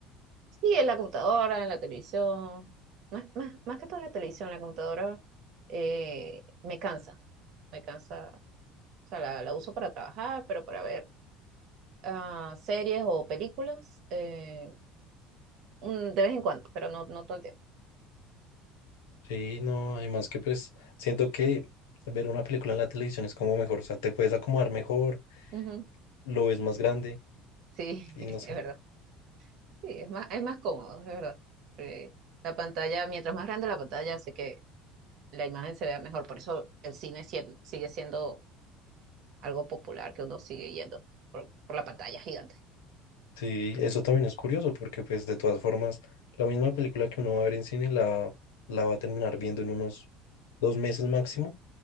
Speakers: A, on the right; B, on the left.
A: Sí, en la computadora, en la televisión, más, más, más que todo en la televisión, la computadora eh, me cansa, me cansa, o sea, la, la uso para trabajar, pero para ver ah, series o películas, eh, un- de vez en cuando, pero no, no todo el tiempo.
B: Sí, no, además que pues siento que ver una película en la televisión es como mejor, o sea, te puedes acomodar mejor,
A: Ujú,
B: lo ves más grande
A: Sí,
B: y
A: <laughs>
B: no sé.
A: es verdad, sí, es más, es más cómodo, es verdad. Eh, la pantalla, mientras más grande la pantalla, hace que la imagen se vea mejor, por eso el cine sien- sigue siendo algo popular que uno sigue yendo por por la pantalla gigante.
B: Sí, eso también es curioso porque pues de todas formas, la misma película que uno va a ver en cine la, la va a terminar viendo en unos dos meses máximo